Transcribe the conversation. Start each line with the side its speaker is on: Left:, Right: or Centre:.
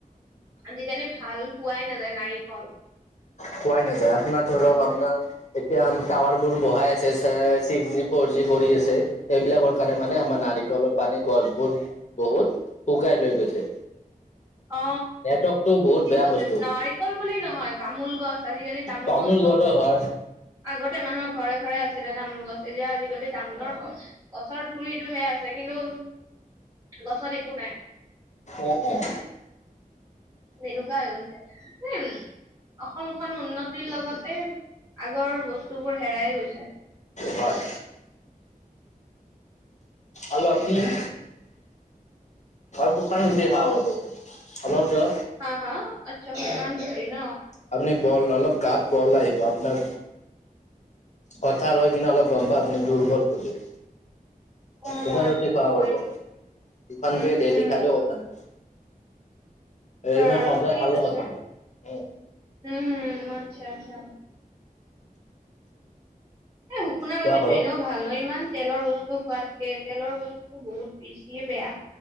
Right: আজিকালি ভাল পোৱাই নাযায় নাৰিকল
Left: খোৱাই নাযায় আপোনাৰ ধৰক
Right: গছ
Left: আপোনাৰ এতিয়া টাৱাৰ বোৰ বহাই আছে ছিক্স জি ফৰ জি কৰি আছে এইবিলাকৰ কাৰণে মানে আমাৰ নাৰিকলৰ পানী গছবোৰ বহুত শুকাই লৈ গৈছে
Right: অ
Left: নেটৱৰ্কটো বহুত
Right: ঠিক
Left: বেয়া
Right: কৈছে
Left: বস্তু
Right: নাৰিকল বুলি নহয় তামোল গছ আজিকালি তামোল
Left: টাউনত
Right: গছো
Left: গ'লে হয়
Right: আগতে মানুহৰ ঘৰে ঘৰে আছিলে তামোল গছ, এতিয়া আজিকালি তামোলৰ গছৰ থৰিতটোহে আছে কিন্তু গছত একো নাই।
Left: অঁ অঁ।
Right: তেনেকুৱা হৈ গৈছে, এই অসমখন উন্নতিৰ লগতে আগৰ বস্তুবোৰ হেৰাই গৈছে।
Left: হয়। আৰু আপুনি, শুকান ৰুটি খাওঁ মইতো। সাধাৰণতে
Right: হা হা, আচ্ছা শুকান ৰুটি ন।
Left: আপুনি বল অলপ গাত বল আহিব আপোনাৰ কথা লৈ কিনে অলপ গম পায় আপুনি দুৰ্বল বুলি।
Right: অ
Left: দুখন
Right: আচ্ছা
Left: ৰুটি খোৱা
Right: হয়
Left: কৰিব,
Right: নেকি
Left: দুখনকে
Right: উম হম
Left: ডেইলি খালেও কথা নাই।
Right: বাৰু
Left: ইমান সদায়
Right: ঠিক
Left: খালেও
Right: আছে
Left: কথা নাই উম
Right: উম আচ্ছা আচ্ছা। এই শুকুনা
Left: খোৱা
Right: ৰুটিটো
Left: কৰক
Right: এনেও ভাল নহয় ইমান তেলৰ বস্তু সোৱাদ, তেলৰ বস্তুতটো বহুত বেছিয়ে বেয়া,